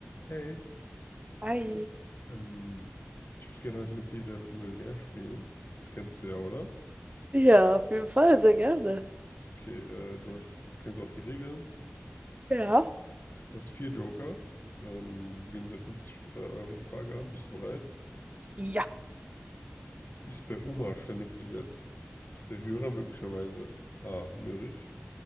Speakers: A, on the left (about 55°); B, on the right (about 30°).
A: Hey,
B: Hi.
A: ähm, ich würde gerne heute mit dir Wer wird Millionär spielen. Das kennst du ja, oder?
B: Ja, auf jeden Fall, sehr gerne.
A: Okay, äh, du hast, du kennst auch die Regeln.
B: Ja.
A: Du hast vier Joker. Ähm, wir beginnen mit der 50-Euro-Frage an. Bist du bereit?
B: Ja.
A: Ist bei Oma ständig besetzt? Ist der Hörer möglicherweise A. mürrisch,